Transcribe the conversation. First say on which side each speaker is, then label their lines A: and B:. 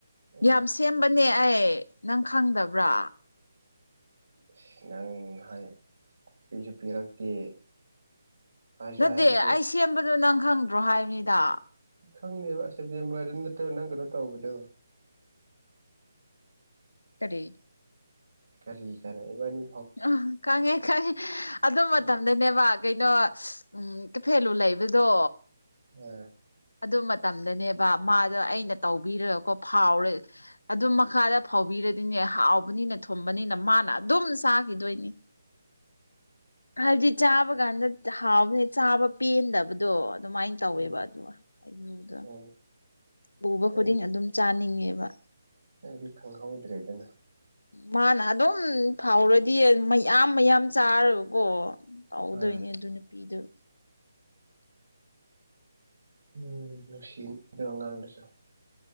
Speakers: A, on the right; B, on the left.
A: ꯎꯝ
B: ꯌꯥꯝ ꯁꯦꯝꯕꯅꯦ ꯑꯩ ꯅꯪ ꯈꯪꯗꯕ꯭ꯔꯥ
A: ꯑꯁ ꯅꯪ ꯍꯥꯏ ꯅꯨꯄꯤꯁꯨ ꯄꯤꯔꯛꯇꯦ ꯍꯥꯏꯁꯨ
B: ꯅꯠꯇꯦ
A: ꯍꯥꯏꯔꯛꯇꯦ
B: ꯑꯩ ꯁꯦꯝꯕꯗꯨꯣ ꯅꯪ ꯈꯪꯗ꯭ꯔꯣ ꯍꯥꯏꯕꯅꯤꯗ
A: ꯈꯪꯗꯦꯕ ꯁꯦꯞꯇꯦꯝꯕꯔꯗꯨ ꯅꯠꯇ꯭ꯔꯣ ꯅꯪ ꯀꯩꯅꯣ ꯇꯧꯕꯗꯣ
B: ꯀꯔꯤ
A: ꯀꯔꯤ ꯀꯔꯤ ꯏꯕꯥꯟꯅꯤ
B: ꯑꯥ ꯈꯪꯉꯦ ꯈꯪꯉꯦ ꯑꯗꯨ ꯃꯇꯝꯗꯅꯦꯕ
A: ꯎꯝ
B: ꯀꯩꯅꯣ ꯎꯝ ꯀꯩꯐꯦꯜꯂꯨ ꯂꯩꯕꯗꯣ
A: ꯑꯥ
B: ꯑꯗꯨ ꯃꯇꯝꯗꯅꯦꯕ ꯃꯥꯗꯣ ꯑꯩꯅ ꯇꯧꯕꯤꯔꯀꯣ ꯐꯥꯎꯔꯦ ꯑꯗꯨꯝ ꯃꯈꯥꯗ ꯐꯧꯎꯕꯤꯔꯗꯤꯅꯦ ꯍꯥꯎꯕꯅꯤꯅ ꯊꯨꯝꯕꯅꯤꯅ ꯃꯥꯅ ꯑꯗꯨꯝ ꯆꯥꯒꯤꯗꯣꯏꯅꯤ
A: <inaudible>
B: ꯍꯥꯏꯗꯤ ꯆꯥꯕꯀꯥꯟꯗ ꯍꯥꯎꯕꯅꯤꯅ ꯆꯥꯕ ꯄꯦꯟꯗꯕꯗꯣ ꯑꯗꯨꯃꯥꯏ ꯇꯧꯋꯦꯕ
A: ꯎꯝ
B: ꯑꯗꯨꯒ ꯑꯩꯒ꯭ꯔꯨꯗꯣ
A: ꯎꯝ
B: <unintelligible> ꯎꯕ
A: ꯑꯩꯗꯤ
B: ꯈꯨꯗꯤꯡ ꯑꯗꯨꯝ ꯆꯥꯅꯤꯡꯉꯦꯕ
A: ꯑꯩꯗꯤ ꯈꯪꯍꯧꯗ꯭ꯔꯦꯗꯅ
B: ꯃꯥꯅ ꯑꯗꯨꯝ ꯐꯧꯔꯗꯤ ꯃꯌꯥꯝ ꯃꯌꯥꯝ ꯆꯥꯔꯒꯀꯣ ꯇꯧꯗꯣꯏꯅꯦ
A: ꯍꯣꯏ
B: ꯑꯗꯨ ꯅꯨꯄꯤꯗꯨꯣ
A: ꯎꯝ ꯅꯨꯡꯁꯤꯃꯤꯗ ꯑꯉꯥꯡꯗꯨꯁꯨ